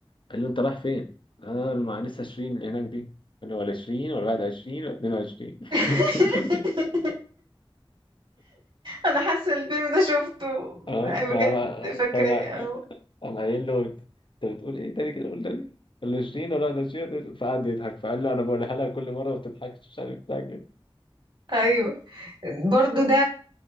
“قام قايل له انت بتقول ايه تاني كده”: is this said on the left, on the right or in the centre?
Left